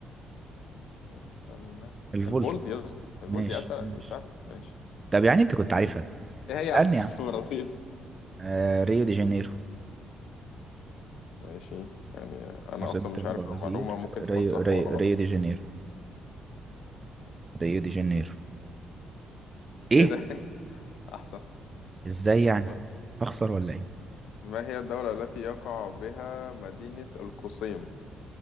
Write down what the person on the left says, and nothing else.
استنى
الفولت يا اسطى الفولت
دي اسهل
دي سهل ماشي
ايه هي عاصمة
البرازيل
<laughs> ماشي يعني انا
اصلا مش
عارف المعلومة ممكن
تكون صح
ولا غلط
ايه ده <laughs> احسن
الحمد
لله
ما هي الدولة التي يقع بها مدينة القصيم